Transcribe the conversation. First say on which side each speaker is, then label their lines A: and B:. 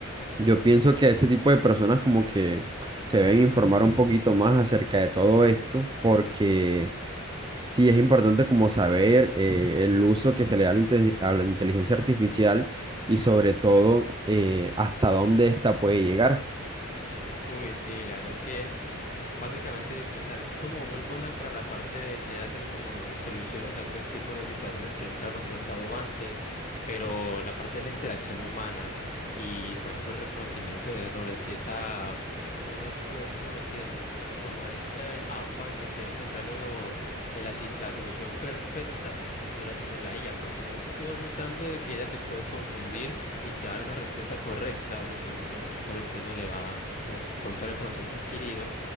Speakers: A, on the right (about 20°); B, on the left (about 35°).
A: yo pienso que ese tipo de personas como que se deben informar un poquito más acerca de todo esto, porque sí es importante como saber eh, el uso que se le da a la, inte- a la inteligencia artificial y sobre todo eh, hasta dónde ésta puede llegar.
B: Uy, sí, la verdad que Básicamente, o sea, es como muy buena para la parte de querer hacer como soluciones a otros tipos de situaciones que nunca hemos pensado antes, pero la parte de la interacción humana y, por ejemplo, el reconocimiento de errores y esta, ¿cómo, pu- cómo decirlo? Como este afán de querer encontrar luego el así- la solución perfecta, no la tiene la IA, porque, por ejemplo, tú vas notando de que ella se puede confundir y te va a dar una respuesta correcta, básicamente, pues, con todo lo que uno le va, o con toda la información que ha adquirido